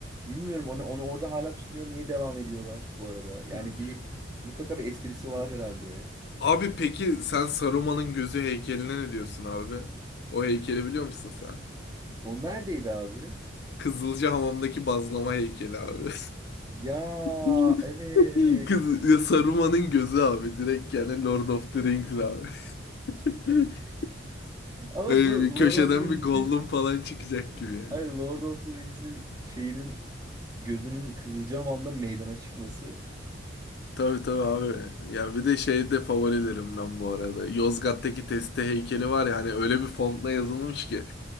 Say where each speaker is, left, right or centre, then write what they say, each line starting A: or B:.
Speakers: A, on the right; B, on the left.
A: Bilmiyorum onu, onu orada hala tutmaya niye devam ediyorlar bu arada. Yani
B: Hı,
A: bir mutlaka bir esprisi
B: hı.
A: var herhalde.
B: Abi peki sen Saruman'ın gözü heykeline ne diyorsun abi? O heykeli biliyor musun sen?
A: O neredeydi abi?
B: Kızılcahamam'daki bazlama heykeli abi.
A: Ya
B: <laughs>
A: evet.
B: Kız, Saruman'ın gözü abi direkt yani Lord of the Rings abi. <laughs>
A: Ama
B: Hani
A: bu Lord
B: bir köşeden
A: of the Rings'in
B: bir Gollum falan çıkacak gibi yani.
A: ay Lord of the Rings'in şeyinin gözünün Kızılcahamam'da meydana çıkması.
B: Tabii tabii abi. Ya bir de şey de favorilerimden bu arada. Yozgat'taki Teste heykeli var ya hani öyle bir fontla yazılmış ki.